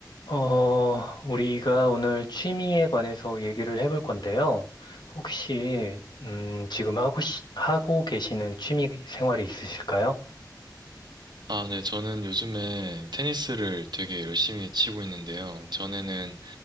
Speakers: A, on the left; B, on the right.
A: 어, 우리가 오늘 취미에 관해서 얘기를 해볼 건데요. 혹시, 음, 지금 하고, 시- 하고 계시는 취미 생활이 있으실까요?
B: 아, 네. 저는 요즘에 테니스를 되게 열심히 치고 있는데요. 전에는,